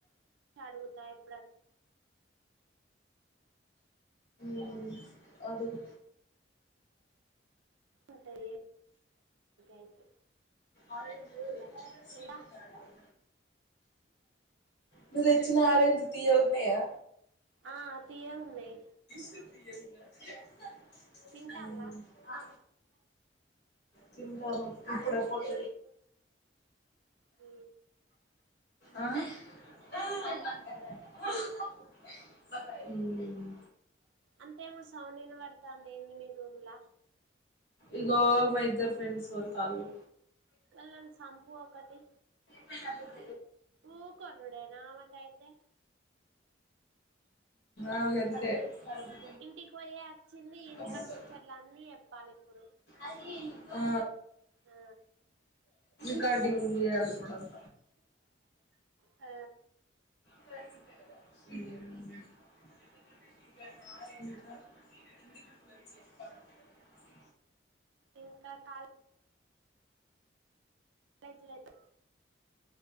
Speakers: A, on the right; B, on the left.
A: అడుగుతా ఎప్పుడా
B: ఉ అడుగు
A: ఉంటది అయితే
B: ఆరెంజ్
A: అడుగుతా
B: స్వీట్
A: ఇంకా
B: వుడ్ నువ్వు తెచ్చిన ఆరెంజ్ తీయగా ఉన్నాయా
A: ఆ తీయాగ ఉన్నాయి
B: ్య <unintelligible>
A: తింటాల్లా
B: హు తింటాను ఇప్పుడే పోట్
A: అ
B: ఆ అ <unintelligible> బతాయి హు
A: అంతేమో సౌండ్ని పడతాంది ఏంటి మీ రూమ్లా
B: ఇగ మ ఇద్దరు ఫ్రెండ్స్ వరుతలు
A: వెళ్ళండి సంపు ఒకటి
B: ఫతా <unintelligible>
A: ఊ కోర్డే నా మకా అయితే
B: అగంతే గర్దు
A: ఇంటికి పోయే వచ్చింది ఇంటికాడ
B: తె
A: ముచ్చట్లు అన్నీ చెప్పాలి ఇప్పుడు
B: అదిే ఆ
A: ఆ
B: రికార్డింగ్ చేయాలి ఇప్పుడంతా
A: ఆ
B: స ఇ ఎ ఎల
A: ఇంకా కాలే జీ లేదు